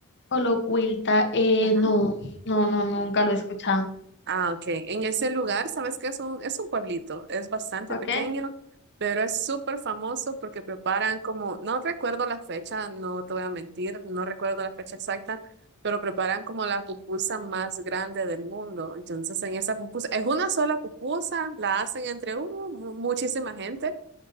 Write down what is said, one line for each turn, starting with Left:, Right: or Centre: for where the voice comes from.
Left: Holocuilta. Eh,
Right: Ajá.
Left: no, no, no, nunca lo he escuchado.
Right: Ah, ok. En ese lugar, sabes que es un, es un pueblito, es bastante
Left: ¿Ok?
Right: pequeño, pero es súper famoso porque preparan como, no recuerdo la fecha, no te voy a mentir, no recuerdo la fecha exacta, pero preparan como la pupusa más grande del mundo. Entonces, en esa pupusa, es una sola pupusa, la hacen entre uno, mu- muchísima gente,